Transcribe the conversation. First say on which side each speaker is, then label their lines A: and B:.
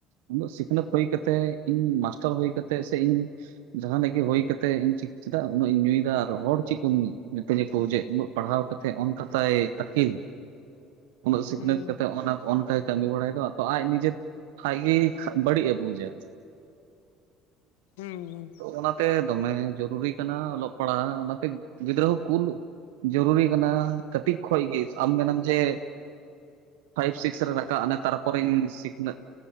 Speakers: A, on the right; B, on the left.
A: ᱩᱱᱟᱜ ᱥᱤᱠᱷᱱᱟᱹᱛ ᱦᱩᱭ ᱠᱟᱛᱮ ᱤᱧ ᱢᱟᱥᱴᱟᱨ ᱦᱩᱭ ᱠᱟᱛᱮ ᱥᱮ ᱤᱧ ᱡᱟᱦᱟᱸᱱᱟᱜ ᱜᱮ ᱦᱩᱭ ᱠᱟᱛᱮ ᱤᱧ ᱪᱮᱫᱟ ᱩᱱᱟᱹᱜ ᱤᱧ ᱧᱩᱭᱮᱫᱟ ᱟᱨ ᱦᱚᱲ ᱪᱮᱫ ᱠᱚ ᱢᱤ ᱢᱮᱛᱟᱧᱟ᱾ ᱛᱩᱡᱮ ᱩᱱᱟᱹᱜ ᱯᱟᱲᱦᱟᱣ ᱠᱟᱛ ᱛᱮ ᱚᱱᱠᱟ ᱛᱟᱭ ᱟᱹᱠᱤᱞ ᱩᱱᱟᱹᱜ ᱥᱤᱠᱷᱱᱟᱹᱛ
B: ᱦᱩᱸ
A: ᱠᱟᱛᱮ ᱦᱚᱜᱚᱱᱟ ᱠᱚ ᱚᱱᱠᱟ ᱠᱟᱹᱢᱤ ᱵᱟᱲᱟᱭ ᱫᱟ ᱛᱚ ᱟᱡ ᱱᱤᱡᱮ ᱟᱡᱜᱮ ᱵᱟᱹᱲᱤᱡ ᱮ ᱵᱩᱡᱟ᱾
B: ᱦᱩᱸ ᱦᱩᱸ
A: ᱛᱚ ᱚᱱᱟ ᱛᱮ ᱫᱚᱢᱮ ᱡᱚᱨᱩᱨᱤ ᱠᱟᱱᱟ ᱚᱞᱚᱜ ᱯᱟᱲᱟᱜ ᱚᱱᱟᱛᱮ ᱜᱤᱫᱽᱨᱟᱹ ᱦᱚᱸ ᱠᱩᱨᱩ ᱡᱚᱨᱩᱨᱤ ᱠᱟᱱᱟ ᱾ ᱠᱟᱹᱴᱤᱠ ᱠᱷᱚᱭ ᱜᱮ ᱟᱢ ᱢᱮᱱᱟᱢ ᱡᱮ ᱯᱷᱟᱭᱤᱵ ᱥᱤᱠᱥ ᱨᱮ ᱨᱟᱠᱟᱵ ᱱᱮᱛᱟᱨᱯᱚᱨᱮᱧ ᱥᱤᱠᱷᱱᱟᱹᱛ